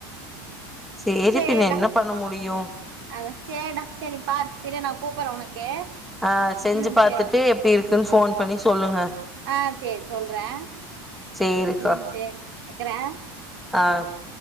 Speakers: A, in the centre; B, on the right (about 85°).
A: சேரி
B: சேர்டா
A: பின்ன என்ன பண்ண முடியும்
B: அதா சேர்டா சேரி பாரு சரியா நா கூப்ட்றே உனக்கு
A: ஆ செஞ்சு
B: உம்
A: பாத்துட்டு
B: சேரிடா
A: எப்டி இருக்குன்னு போன் பண்ணி சொல்லுங்க
B: ஆ சேரி சொல்றே
A: சேரிக்கா
B: உம் சேரிடா வைக்குறே
A: ஆ
B: அ